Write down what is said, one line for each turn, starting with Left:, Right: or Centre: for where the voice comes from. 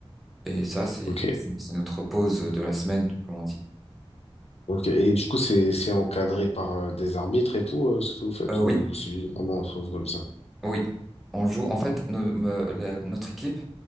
Centre: Et ça, c'est
Left: Ok.
Centre: c'est- notre pause de la semaine, comme on dit.
Left: Ok. Et du coup, c'est, c'est encadré par euh, des arbitres et tout, euh, ce que vous faites,
Centre: Euh,
Left: ou
Centre: oui,
Left: c'est vraiment entre vous comme ça?
Centre: oui. On joue, en fait, no- me- la- notre équipe,